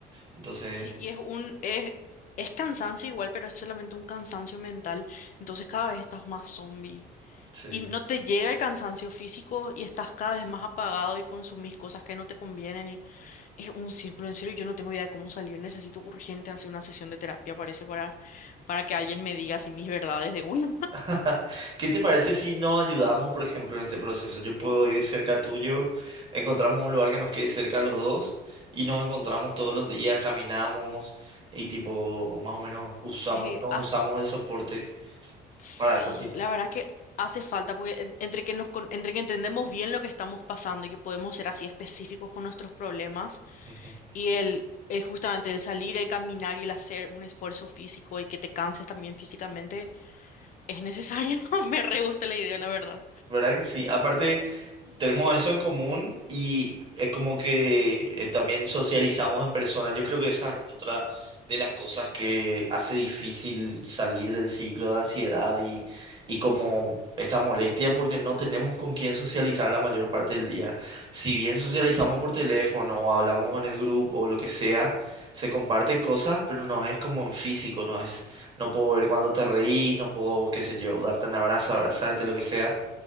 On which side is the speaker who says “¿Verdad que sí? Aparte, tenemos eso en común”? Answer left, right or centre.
Right